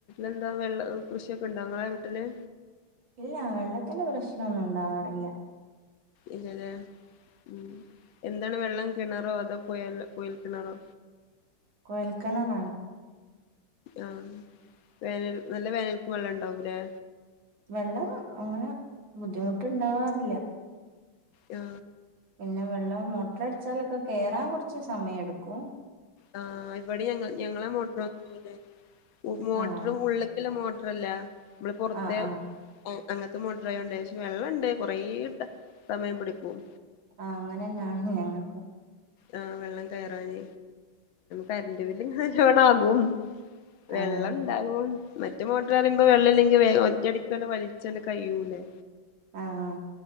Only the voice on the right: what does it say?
ഇല്ല വെള്ളത്തിന്റെ പ്രശ്നമൊന്നും ഉണ്ടാകാറില്ല.
കോഴൽക്കണറാണ്.
വെള്ളം അങ്ങനെ ബുദ്ധിമുട്ട് ഉണ്ടാവാറില്ല.
പിന്നെ വെള്ളം മോട്ടർ അടിച്ചാലൊക്കെ കേറാൻ കുറച്ച് സമയം എടു ക്കോ
ആഹ്
ആഹ് ആഹ്
ആ അങ്ങനെന്നാണ് ഞങ്ങൾക്കും.
ആഹ്
ആ ആ.